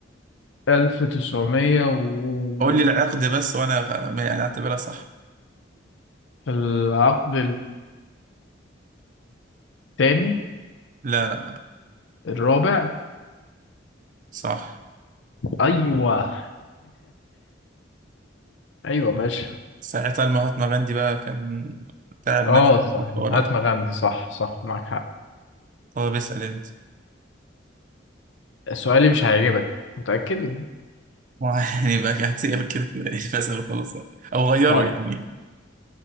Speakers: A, on the left (about 70°); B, on the right (about 40°).
A: 1900 و
B: قول لي العقد بس وانا غ- يعني اعتبرها صح
A: في العقد الثاني
B: لا لا لا
A: الرابع
B: صح
A: أيوه <laughs> أيوه باشا
B: ساعتها المهاتما غاندي بقى كان تعب
A: اه
B: نفسه
A: صح
B: وحوارات
A: هاتنا غمدي صح صح معاك حق
B: طب اسال انت
A: سؤالي مش هيعجبك متأكد
B: <laughs> يعني بقى هتسير كده كده يعني، فاسال وخلاص بقى. او غيره
A: طيب
B: يعني